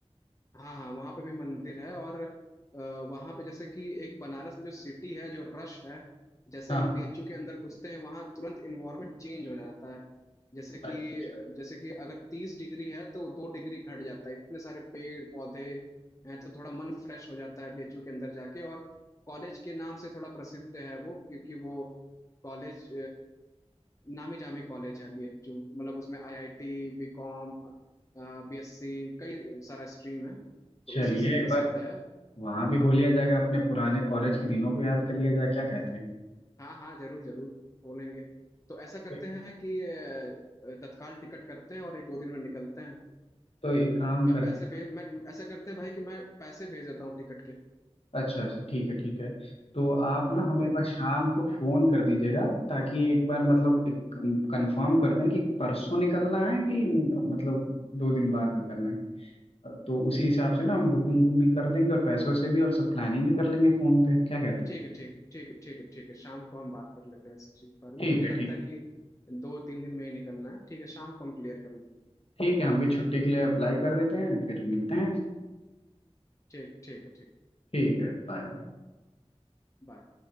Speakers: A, on the left (about 30°); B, on the left (about 60°).
A: हाँ हाँ वहाँ पे भी मंदिर है और अ, वहाँ पे जैसे कि एक बनारस में जो सिटी है जो रश है जैसे
B: हाँ
A: हम
B: हाँ,
A: बीएचयू के अंदर घुसते हैं वहाँ तुरंत इन्वायरमेंट चेंज हो जाता है जैसे
B: अच्छा
A: कि जैसे कि अगर तीस डिग्री है तो दो डिग्री घट जाता है इतने सारे पेड़ पौधे हैं तो थोड़ा मन फ्रेश हो जाता है बीएचयू के अंदर जाके और कॉलेज के नाम से थोड़ा प्रसिद्ध है वो क्योंकि वो कॉलेज नामी जामी कॉलेज है बीएचयू मतलब उसमें आईआईटी बीकॉम बीएससी कई सारा स्ट्रीम है
B: चलिए
A: तो उसी से
B: एक
A: प्रसिद्ध
B: बार
A: है
B: वहाँ भी हो लिया जाएगा अपने पुराने कॉलेज के दिनों को याद कर लिया जाए क्या कहते
A: हाँ हाँ जरूर जरूर बोलेंगे तो ऐसा करते
B: हैं
A: हैं कि अ, तत्काल टिकट करते हैं और एक दो दिन में निकलते हैं
B: तो एक काम
A: मैं
B: करते
A: पैसे
B: हैं
A: भेज मैं ऐसा करते हैं भाई कि मैं पैसे भेज देता हूँ टिकट के
B: अच्छा अच्छा ठीक है ठीक है तो आप
A: हाँ
B: ना हमें
A: तो
B: एक बार शाम को फोन कर दीजिएगा ताकि एक बार मतलब एक कंफर्म कर दें कि परसों निकलना है कि मतलब दो दिन बाद निकलना है तो उसी हिसाब से ना हम बुकिंग बुकिंग कर देंगे और पैसों से भी और सब प्लानिंग भी कर लेंगे फोन पे क्या कहते हैं
A: ठीक है ठीक है ठीक है ठीक है ठीक है शाम को हम बात कर लेते हैं इस चीज के बारे
B: ठीक
A: में मुझे
B: है
A: लगता
B: ठीक
A: है
B: है
A: कि दो तीन दिन में ही निकलना है ठीक है शाम को हम क्लियर कर लेते हैं
B: ठीक है हम भी छुट्टी के लिए अप्लाई कर देते हैं फिर मिलते हैं
A: ठीक ठीक है ठीक
B: ठीक है बाय बाय
A: बाय